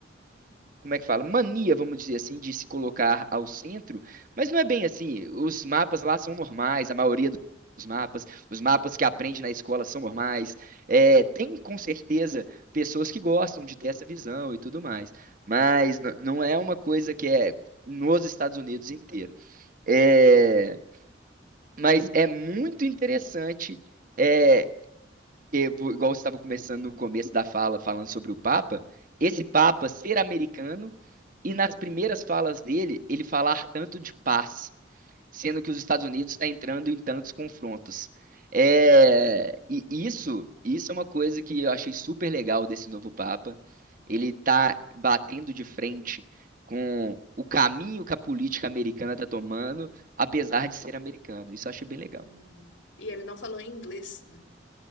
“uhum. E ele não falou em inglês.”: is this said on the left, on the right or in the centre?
Left